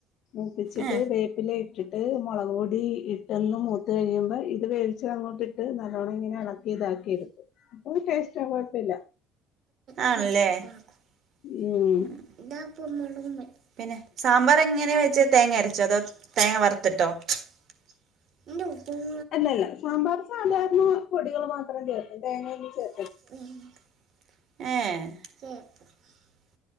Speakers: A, on the left; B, on the right.
A: മൂപ്പിച്ചിട്ട്
B: ഏ
A: വേപ്പില ഇട്ടിട്ട് മുളക് പൊടി ഇട്ടെന്ന് മൂത്ത് കഴിയുമ്പോ ഇത് വേവിച്ചത് അങ്ങോട്ടിട്ട് നല്ലോണ്ണം ഇങ്ങനെ ഇളക്കി ഇതാക്കി എടുക്കും ടെസ്റ്റാ കുഴപ്പില്ല
B: ആണല്ലേ <unintelligible>
A: ഉം
B: പിന്നെ സാമ്പാർ എങ്ങനെയാ വെച്ച തേങ്ങ അരച്ചോ അതോ തേങ്ങ വറുത്തിട്ടോ <inaudible>
A: അല്ലല്ല സാമ്പാർ സാധാരണ പൊടികൾ മാത്രം ചേർക്കും തേങ്ങെന്നും ചേർ
B: ഏഹ്